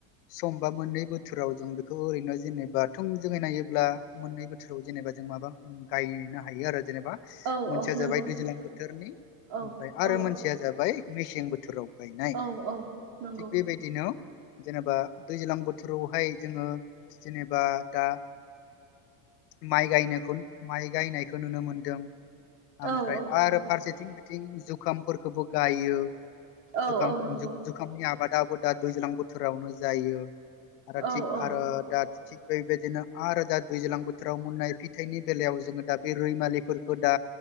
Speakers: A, on the left; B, on the right.
A: समबा मोननै बोथोराव जों बेखौ ओरैनो जेनेबा थोंजोंयै नायोब्ला मोननै बोथोराव जेनेबा जों माबा गायनो हायो आरो जेनेबा
B: औ
A: मोनसेया
B: नंगौ
A: जाबाय दैज्लां बोथोरनि
B: औ
A: ओमफ्राय
B: औ
A: आरो मोनसेया जाबाय मेसें बोथोर बोथोराव गायनाय
B: औ औ नंगौ
A: थिग बेबायदिनो जेनेबा दैज्लां बोथोरावहाय जोङो जेनेबा दा माइ गायनायखौ माइ गायनायखौ नुनो मोनदों ओमफ्राय
B: औ औ
A: आरो
B: नंगौ
A: फारसेथिं बिथिं जुखामफोरखोबो गायो
B: औ
A: जुखाम-जुग-जुखामनि
B: औ नंगौ
A: आ बादाबो दा दैज्लां बोथोरावनो जायो आरो
B: औ
A: थिग
B: औ
A: आरो दा थिग बैबायदिनो आरो दा दैज्लां बोथोराव मोननाय फिथाइनि बेलायाव जोङो दा बे रैमालिफोरखौ दा